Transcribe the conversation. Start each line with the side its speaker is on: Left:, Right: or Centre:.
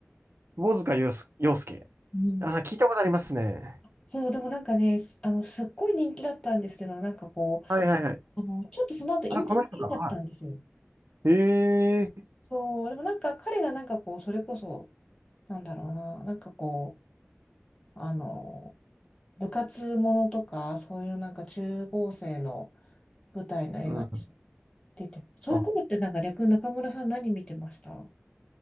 Right: 窪塚洋介。洋介
Left: うん。
Right: あ、聞いたことありますね。
Left: そう、でもなんかね、すあの、すっごい人気だったんですけど、なんかこ
Right: はいはいはい。
Left: う、あの、ちょっとその後引退できなかったんですよ。
Right: あ、この人か。はい。へえ。
Left: そう、でもなんか彼がなんかこう、それこそ、なんだろうな、なんかこう、あの、部活ものとか、そういうなんか中高生の舞台の映画に
Right: うん。
Left: 出て、そういうことってなんか逆に中村さん何見てました
Right: あ